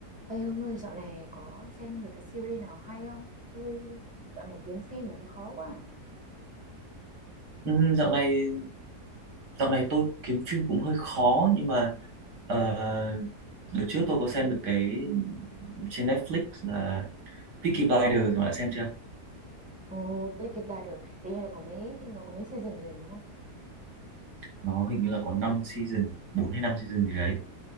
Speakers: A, in the centre; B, on the right (about 85°).
A: Ê ông ơi, dạo này có xem được cái series nào hay không? Tôi dạo này kiếm phim mà thấy khó quá. à.
B: Ừ, dạo này dạo này tôi kiếm phim cũng hơi khó nhưng mà uh, đợt trước tôi có xem được cái trên Netflix là Peaky Blinders mà đã xem chưa?
A: Ồ, Peaky Blinders, hình như nó có mấy nó có mấy season liền đúng không?
B: Nó hình như là có 5 season, bốn hay năm season gì đấy.